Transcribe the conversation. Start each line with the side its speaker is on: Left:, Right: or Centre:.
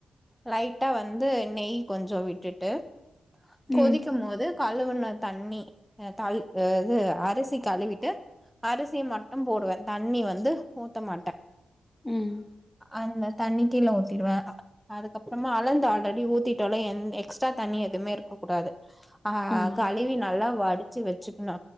Centre: லைட்டா வந்து நெய் கொஞ்சம் விட்டுட்டு
Left: ம்
Centre: கொதிக்கும்
Left: ம்
Centre: மோது கழுவுன தண்ணி தால் அ இது அரிசி கழுவிட்டு அரிசி மட்டும் போடுவ தண்ணி வந் வந்து ஊத்த மாட்ட
Left: ம்
Centre: அந்த தண்ணி கீழே ஊத்திடுவ அதுக்கப்புறமா அலர்ந்து ஆல்ரெடி ஊத்திட்டோல்ல எ எக்ஸ்ட்ரா தண்ணி எ எதுவுமே இருக்கக்கூடாது ஆ
Left: ம்
Centre: கழுவி நல்லா வடிச்சு வச்சுக்கனு